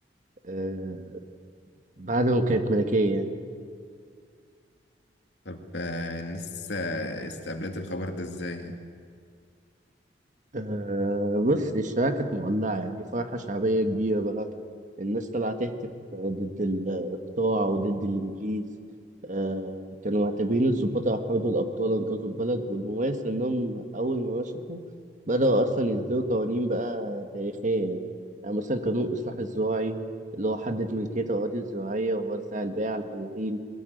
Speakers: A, on the right; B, on the left.
A: آه، بعد ما كانت ملكية يعني.
B: طب آه، الناس آه، استقبلت الخبر ده إزاي؟ يعني؟
A: أه بص الشوارع كانت مولعة يعني فرحة شعبية كبيرة بقى الناس طالعة تهتف ضد الإقطاع وضد الإنجليز أه كانوا معتبرين الضباط هيحرضوا الأبطال أنقذوا البلد والمميز إنهم أول ما مسكوا بدأوا أصلا يصدروا قوانين بقى تاريخية يعني, يعني مثلا قانون الإصلاح الزراعي اللي هو حدد ملكية الأراضي الزراعية ووزع البيع على الفلاحين